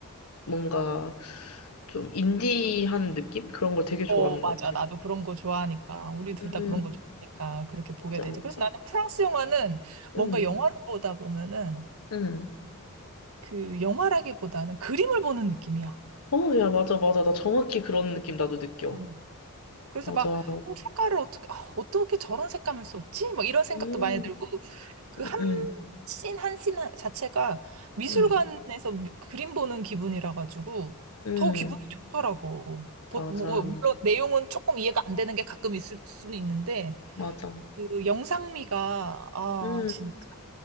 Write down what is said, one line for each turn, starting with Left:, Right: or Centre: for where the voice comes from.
Left: 뭔가 좀 인디한 느낌? 그런 걸 되게 좋아하는
Right: 어, 맞아.
Left: 것 같아.
Right: 나도 그런 거 좋아하니까. 우리 둘
Left: 음,
Right: 다 그런 거 좋아하니까 그렇게 보게
Left: 맞아,
Right: 되지.
Left: 맞아.
Right: 그래서 나는 프랑스 영화는 뭔가
Left: 음,
Right: 영화를 보다 보면은
Left: 음.
Right: 그 영화라기보다는 그림을 보는 느낌이야.
Left: 어, 야, 맞아, 맞아. 나 정확히 그런 느낌 나도 느껴.
Right: 음. 그래서
Left: 맞아.
Right: 막, 어, 색깔을 어떻게, 아, 어떻게 저런 색감을 썼지? 막 이런 생각도
Left: 음,
Right: 많이 들고, 그 한
Left: 음,
Right: 씬, 한 씬 자체가 미술관에서
Left: 음,
Right: 미- 그림 보는 기분이라 가지고
Left: 음,
Right: 더 기분이 좋더라고. 보-
Left: 맞아,
Right: 뭐, 물론 내용은 조금 이해가 안 되는 게 가끔 있을 수는 있는데,
Left: 맞아.
Right: 그 영상미가 아
Left: 음,
Right: 진짜